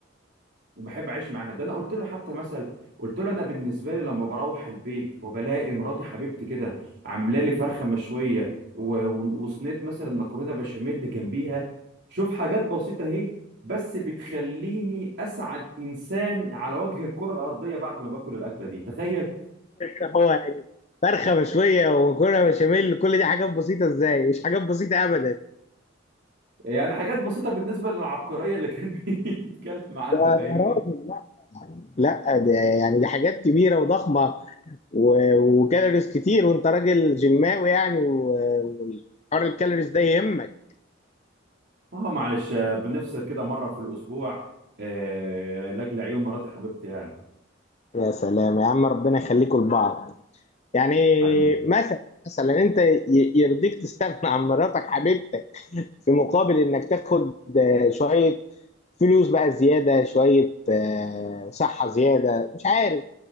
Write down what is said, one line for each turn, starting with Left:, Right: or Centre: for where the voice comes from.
Right: وبحب أعيش معاها ده أنا قلت له حتى مثل قلت له أنا بالنسبة لي لما بروح البيت وبلاقي مراتي حبيبتي كده عاملة لي فرخة مشوية و... و- وصينية مثلا مكرونة بشاميل جنبيها شوف حاجات بسيطة أهي بس بتخليني أسعد إنسان على وجه الكرة الأرضية بعد ما باكل الأكلة دي تخيل
Left: طب هو يعني فرخة مشوية ومكرونة بشاميل كل دي حاجات بسيطة ازاي؟ مش حاجات بسيطة أبدا
Right: يعني حاجات بسيطة بالنسبة للعبقرية اللي كان <laughs> بيتكلم عنها
Left: يا
Right: فاهمني؟
Left: يا راجل لا لا دي يعني دي حاجات كبيرة وضخمة و- وكالوريز كتير وأنت راجل جماوي يعني و- وحوار الكالوريز ده يهمك
Right: اه معلش آه، بنفصل كده مرة في الأسبوع آه، لأجل عيون مراتي حبيبتي يعني
Left: يا سلام يا عم ربنا يخليكم لبعض يعني
Right: حبيبي
Left: مثلا مثلا انت ي- يرضيك تستغنى عن مراتك حبيبتك في مقابل انك تاخد آه، شوية فلوس بقى زيادة شوية آه، صحة زيادة مش عارف